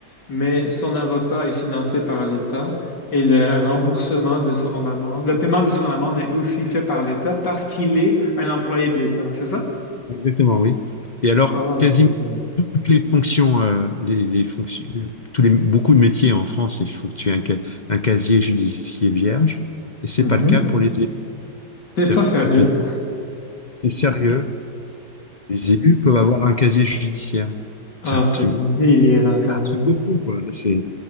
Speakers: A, on the left; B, on the left.
A: mais son avocat est financé par l'État et le remboursement de son amende, le paiement de son amende est aussi fait par l'État parce qu'il est un employé de l'État, c'est ça?
B: Exactement, oui. Et alors,
A: Oh mon
B: quasiment
A: Dieu.
B: toutes les fonctions, euh, les, les fonctions, tous les, beaucoup de métiers en France, il faut que tu aies un, ca- un casier judiciaire vierge. Et c'est
A: Mhm.
B: pas le cas pour les élus.
A: C'est
B: C'est-à-dire
A: pas sérieux.
B: que tu peux dire, c'est sérieux, les élus peuvent avoir un casier judiciaire.
A: Ah,
B: C'est un
A: c'est
B: truc.
A: délirant quand
B: un
A: même.
B: truc de fou, quoi. C'est